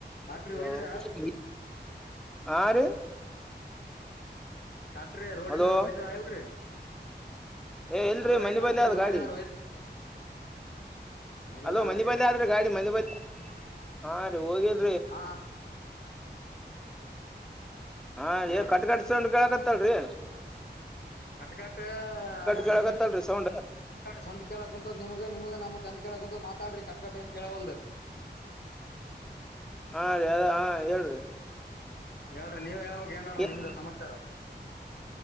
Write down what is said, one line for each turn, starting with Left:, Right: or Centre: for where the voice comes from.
Left: ಟ್ಯಾಕ್ಟ್ರಿ
Centre: ಹ.
Left: ಒಯ್ದ್ರ
Centre: ಹಾರಿ.
Left: ಕಾಕ್ಟ್ರಿ ರೋಡ್ನಾರ
Centre: ಹಲೋ
Left: ವೈದ್ರ ಇಲ್ರಿ.
Centre: ಏ ಇಲ್ರಿ
Left: ಹಲೋ ರೀ
Centre: ಮನೆ
Left: ಟ್ಯಾಕ್ಟ್ರಿ
Centre: ಬಲ್ ಆದ
Left: ರೋಡಿನಾರ
Centre: ಗಾಡಿ.
Left: ಒಯ್ದ ಬಲ್
Centre: ಅಲೋ
Left: ಆದ್ರಿ
Centre: ಮನಿ ಬಂದ ಆದ್ರೆ ಗಾಡಿ ಮನಿ ಬಂದ ಹಾ ರೀ ಹೋಗಿಲ್ಲ.
Left: ಹಾ.
Centre: ಹಾ
Left: ಹೇಳ್ರಿ
Centre: ಏ ಕಟ್ ಕಟ್ಸೊಂಡ ಆಕತ್ತಲ್ರಿ.
Left: ಕಟ್ಕಟ್ಟ
Centre: ಕೇಳಕತ್ತಲ್ರಿ
Left: ನಿ
Centre: ಸೌಂಡ್
Left: ಸ್ಣ್ ಕೇಳಕ್ ಕುಂಂತದ ನಿಮಗ ನಿಮಗ ನಮ ಕಂಡ್ದ ಕೇಳ ಕುಂತ ಮಾತಾಡ್ರಿ ಕಟ್ಟಕಟ್ಟ ಏನ್ ಕೇಳವಲ್ಂದು.
Centre: ಹಾ ರೀ ಅದ ಹಾ ಹೇಳ್ರಿ.
Left: ಹೇಳ್ರಿ ನೀವ ಹೇಳಳ್ಕ್ ಏನ್ಡೋ
Centre: ಏನ್
Left: ನಿಮ್ದ ಸಮಾಚಾರ.